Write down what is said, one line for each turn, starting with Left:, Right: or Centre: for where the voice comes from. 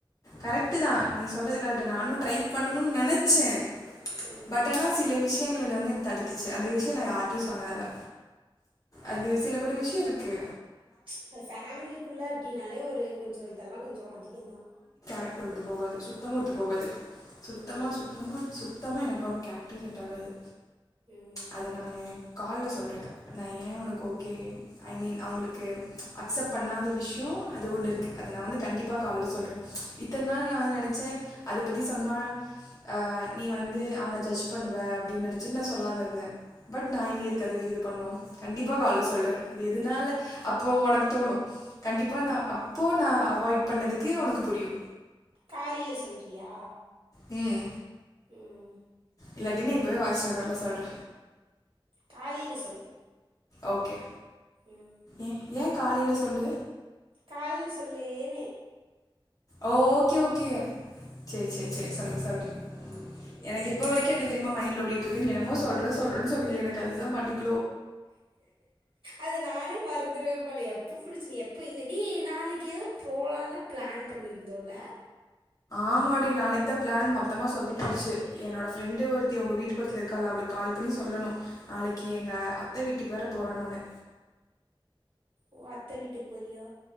Left: கரெக்ட்டு தா நீ சொல்றது கரட்டு நானு ட்ரை பண்ணணுன் நெனச்சே
Right: ம்
Left: பட் ஆனா சில விஷ்யங்கள ன்ன வந்து என் தடுத்துச்சு அந்த விஷ்யோ நா யார்ட்யு சொன்னதேல அது சில பல விஷ்ய இருக்கு
Right: ச் அது ஃபேமிலிக்குள்ள அப்டின்னாலே ஒரு கொஞ்சோ இதெல்லா கொஞ்சோ அதிகந்தா
Left: ரட்ரு ஒத்து போகாது சுத்தமா ஒத்து போகாது சுத்தமா
Right: ம்
Left: சுத்தமா சுத்தமா எனக்கு வந் கேரக்ட்ரு செட் ஆகாது
Right: ம்
Left: அது நானு கால்ல சொல்ற நா ஏன் உனக் ஓகே ஐ மீன் அவுங்ளுக்கு அக்செப்ட் பண்ணாத விஷ்யோ அது ஒன்னு இருக்கு அத நா வந்து கண்டிப்பா கால்ல சொல்ற இத்தன் நாள் நா வந்து நெனச்ச அத பத்தி சொன்னா அஹ் நீ வந்து அவன ஜட்ஜ் பண்ணுவ அப்டின் நெனச்சு நா சொல்லாம இருந்த பட் நா இனி
Right: ம்
Left: எதுக்கது இது பண்ணோ கண்டிப்பா கால்ல சொல்ற அது எதுனால
Right: ம்
Left: அப்போ ஒனக் தோணு கண்டிப்பா நா அப்போ நா அவாய்ட் பண்ணதுக்கு ஒனக்கு புரியு
Right: காலேல சொல்றியா
Left: ம்ம்
Right: ம் ம்
Left: இல்லாட்டினா இப்புவே வாய்ஸ்ரெக்கார்டர்ல சொல்ற
Right: காலில சொல்லு
Left: ஓகே
Right: ம்
Left: எ ஏன் காலேல சொல்லு
Right: கால்ல சொல்லு நேன
Left: ஓ ஓகே ஓகே சேர்
Right: ம்
Left: சேர் சேர் சொல்ற சொல்ற எனக்கு
Right: ம்
Left: இப்ப வரைக்கு என்ன தெரிமா மை ண்ட்ல ஓடிட்ருக்கு நீ என்னமோ சொல்ற சொல்றன் சொன்னிங்ளே எனக்கு அதுதா மண்டைக்
Right: அத நானே மறந்துருவ போல எப்ப புடிச் சு எப்ப இங்க நீ நாளைக்கு எதோ போலானு பிளேன் பண்ணிருந்தோல
Left: ஆமாடி நாளைக்தா பிளேன் மொத்தமா சொதப்பிருச்சு என்னோட ஃப்ரெண்டு ஒருத்தி உங்க வீட்டு பக்கத்ல இருக்கால அவுளுக் கால் பண்ணி சொல்லணு நாளைக்கி எங்க அத்த வீட்டுக் வேற போற நானு
Right: ஓ அத்த வீட்டுக் போறியா